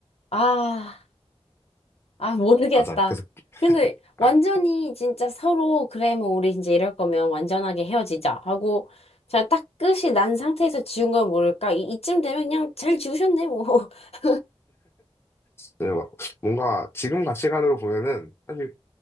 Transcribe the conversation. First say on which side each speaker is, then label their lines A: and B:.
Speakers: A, on the left (about 70°); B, on the left (about 25°).
A: 아, 아, 모르겠다.
B: 맞아. 그래서
A: 근데
B: 아,
A: 완전히 진짜 서로, 그래, 뭐, 우리 이제 이럴 거면 완전하게 헤어지자 하고, 제가 딱 끝이 난 상태에서 지운 건 모를까? 이, 이쯤 되면 그냥 잘 지우셨네, 뭐. <laughs>
B: 그래서 막 뭔가 지금 가치관으로 보면은 사실